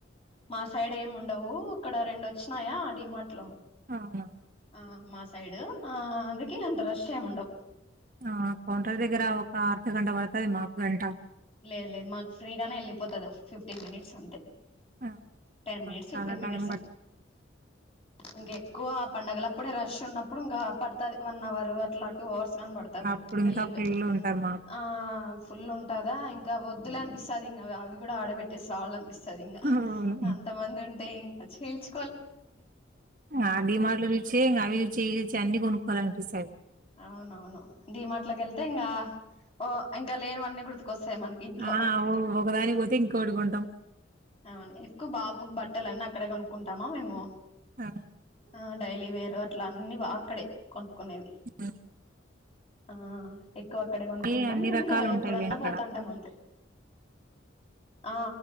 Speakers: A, on the left; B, on the right.
A: మా సైడ్ ఏమి ఉండవు ఇక్కడ రెండు వచ్చినాయా డి మార్ట్ లు
B: అవున
A: ఆ మా సైడ్ ఆ అందుక అంత రష్ ఏం ఉండవు
B: ఆ కౌంటర్ దగ్గర
A: ఆ
B: ఒక అర్ధగంట పడుతుంది మాకు గంట
A: లేదు లేదు మాకు ఫ్రీ గానే వెళ్ళిపోతుంది ఫిఫ్టీన్ మినిట్స్ అంతే
B: ఆ
A: టన్ మినిట్స్
B: ఆ! చాలా
A: ఫిఫ్టీన్ మినిట్స్
B: టైం పడుతది
A: ఇంక ఎక్కువ పండగల అప్పుడే రష్ ఉన్నప్పుడు ఇంకా పడుతది వన్ అవర్ అట్లా టూ అవర్స్ గాని పడుతది
B: అప్పుడు
A: బిల్డింగ్
B: ఇంకా ఫుల్ ఉంటారు మాకు
A: ఆ ఫుల్ ఉ కదా ఇంకా వద్దులే అనిపిస్తది ఇంకా అవి కూడా ఆడ పెట్టేసి రావాలి అనిపిస్తది సరి ఇంగా
B: అవును
A: అంతమంది ఉంటే ఇంకా చీల్చ్
B: ఆ డీమాట్ల జూచి ఇంకా అవి జూచి ఈ జూచి అన్ని కొనుక్కొవాలి అనిపిస్తది
A: అవునవును డీమాట్లోకి వెళ్తే ఇంకా ఓ ఇంకా లేనివన్నీ గుర్తు వస్తాయి మనకి ఇంట్లో
B: ఆ ఒకదానికి పోతే ఇంకోటి కొంటాం
A: అవును ఎక్కువ బాబు బట్ట లన్ని అక్కడే కొనుకుంటాము మేము
B: ఆ,
A: ఆ డై లీ వేరు అట్లా అన్ని బా అక్కడే కొనుక్కునేది
B: ఉమ్
A: ఆ ఎ ఎక్కువ అక్కడే కొనుక్కుంటాం
B: ఏ అన్ని
A: ఉంది
B: రకాలు
A: కదా
B: ఉంటాయిలే
A: ఎప్పుడన్నా
B: అక్కడ
A: పోతాంటాం అంతే ఆ